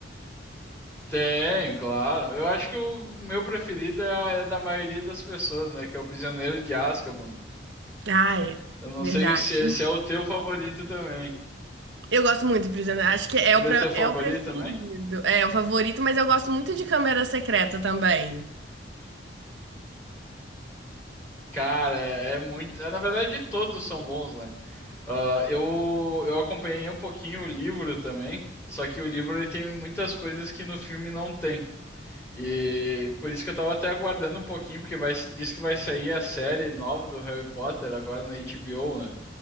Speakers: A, on the left; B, on the right.
A: Tem, claro. Eu acho que o meu preferido é, a- é da maioria das pessoas, né? Que é o Prisioneiro de Azkaban.
B: Ai,
A: Eu não
B: verdade.
A: sei se, é- se é o teu favorito também.
B: Eu gosto muito de Prisioneiro. Acho que é
A: Ele
B: o, pra-
A: é teu favorito
B: é o preferido.
A: também?
B: É o favorito, mas eu gosto muito de Câmara Secreta também.
A: Cara, é, é muito. é, Na verdade, todos são bons, né? Ah, eu, eu acompanhei um pouquinho o livro também. Só que o livro ele tem muitas coisas que no filme não tem. E por isso que eu tava até aguardando um pouquinho, porque vai, diz que vai sair a série nova do Harry Potter agora na HBO, né?